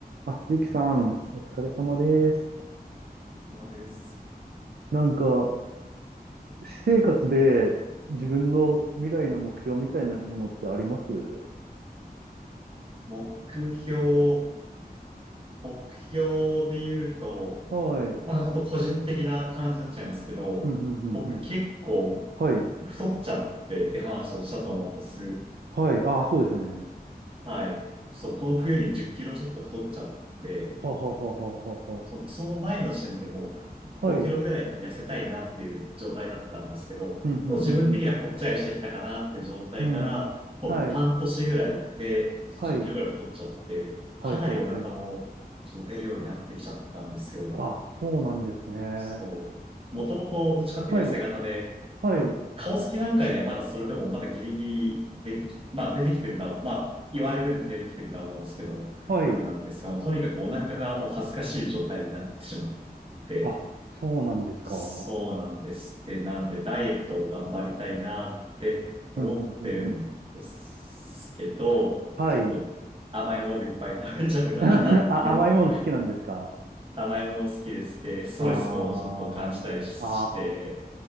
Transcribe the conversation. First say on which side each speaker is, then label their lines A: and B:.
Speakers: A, on the right; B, on the right.
A: あ、ゆうきさん、お疲れ様です。
B: そうです。
A: なんか、私生活で自分の未来の目標みたいなものってあります
B: 目標、目標で言うと、
A: はい。
B: まあ本当個人的な感じになっちゃいますけど、
A: うん、うん、うん、
B: 僕結構
A: うん。はい。
B: 太っちゃってって話をしたと思うんです。
A: はい。ああ、そうですね。
B: はい。そう、この冬に10キロちょっと太っちゃって、
A: はあはあはあはあは
B: そ、その前の時点でもう5キロぐらいだと痩せたいなっていう状態だったんですけど、
A: あ。はい。うん、
B: ちょっと自分的にはぽっちゃりしてきたかなって状態から、
A: うん、うん、うん。うん。
B: もう半年ぐらいで10キロぐらい太っちゃって、
A: はい。はい。はい、
B: かなりお腹もちょっと出るようになってきちゃったんですよ。
A: はい、はい。あ、そうなんですね。
B: そう。もともとどっちかって痩せ型で、
A: はい。はい。
B: まあ、顔つきなんかにはまだそれでもまだギリギリ出てき、まあ出てきてるとは、まあ言われるんで出てきてるとは思うんですけども、
A: はい。
B: あれなんですが、まあとにかくお腹がもう恥ずかしい状態になってしまって、
A: あ、そうなんですか。
B: そうなんです。
A: うん、
B: で、なのでダイエットを頑張りたいなって思ってるんですけど、
A: うん、うん、うん。はい。
B: ちょっと甘いものいっぱい食べちゃうなっていうのも
A: <laughs> あ、甘いもの好きなんですか
B: 甘いもの好きです。で、ストレスもちょっと感じたりして、
A: ああ、